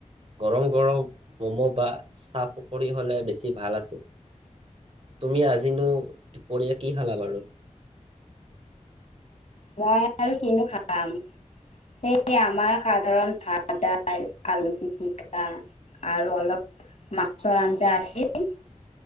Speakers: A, on the right; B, on the left.
A: গৰম গৰম ম'ম' বা চাহ পকৰী হ'লে বেছি ভাল আছিল তুমি আজিনো দুপৰীয়া কি খালা বাৰু
B: মই আৰু কিনো খাম সে আমাৰ সাধাৰণ ভাত দাইল আলু পিটিকা আৰু অলপ মাছৰ আঞ্জা আছিল